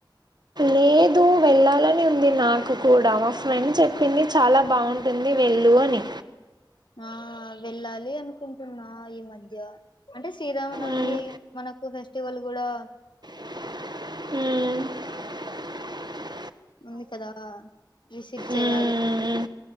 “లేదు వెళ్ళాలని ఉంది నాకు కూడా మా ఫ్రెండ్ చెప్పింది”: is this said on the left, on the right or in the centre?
Right